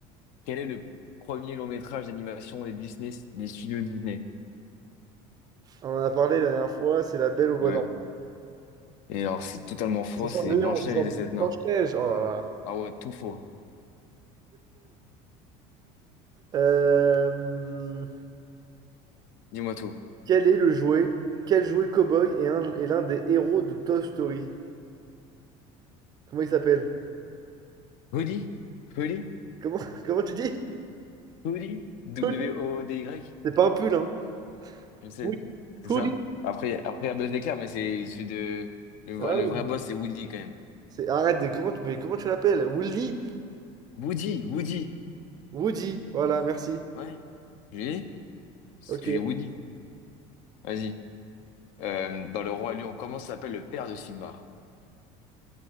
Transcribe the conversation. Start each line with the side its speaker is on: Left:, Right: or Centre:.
Left: Quel est le premier long métrage d'animation des Disney, des studios Disney?
Right: On en a parlé la dernière fois, c'est la belle au bois
Left: Ouais.
Right: dormant.
Left: Et alors, c'est totalement faux,
Right: C'est
Left: c'est Blanche-Neige
Right: sur
Left: et les
Right: le
Left: Sept Nains.
Right: Blanche-Neige, oh là là.
Left: Ah ouais, tout faux.
Right: Euh,
Left: Dis-moi tout.
Right: quel est le jouet, quel jouet cow-boy est un- est l'un des héros de Toy Story? Comment il s'appelle?
Left: Hoodie? Hoodie?
Right: Comment, <laughs> comment tu dis?
Left: Hoodie? W-O-D-Y?
Right: Pull. C'est pas un pull, hein?
Left: Je sais,
Right: Woody.
Left: c'est
Right: Woody.
Left: ça. Après, après, il y a Buzz l'éclair, mais c'est celui de. Le, vrai
Right: Ah
Left: le
Right: oui,
Left: vrai boss, c'est Woody quand même.
Right: c'est- Arrête, de- comment tu, mais comment tu l'appelles? Woody?
Left: Woody, Woody.
Right: Woody, voilà, merci.
Left: Ouais, je l'ai dit. Parce
Right: Ok.
Left: que j'ai Woody. Vas-y. Euh, dans Le Roi Lion, comment s'appelle le père de Simba?